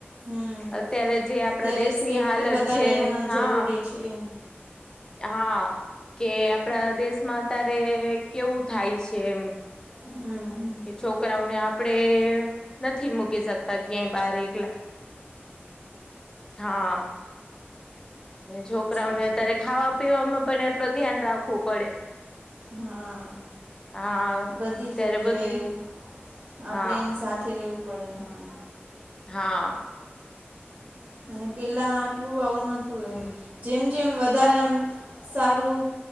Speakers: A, on the right; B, on the left.
A: હમ
B: અત્યારે જે આપણા
A: અત્યારે
B: દેશની
A: સેફ્ટી
B: હાલત
A: વધારે
B: છે હા
A: જરૂરી છે
B: હા કે આપણા દેશમાં અત્યારે કેવું થાય છે એમ
A: હમ્મ હમ્મ
B: કે છોકરાઓને આપણે નથી મૂકી શકતા ક્યાય બાર એકલા હા છોકરાઓને
A: સાચું
B: અત્યારે ખાવા પીવામાં પણ એટલો ધ્યાન રાખવું પડે
A: હા
B: હા
A: બધી
B: ત્યારે
A: જગ્યાએ
B: બધી
A: આપણે
B: હા
A: એની સાથે રહેવું પડે હા
B: હા
A: અને પેલા આટલું આવું નહોતું એમ જેમ જેમ વધારે આમ સારું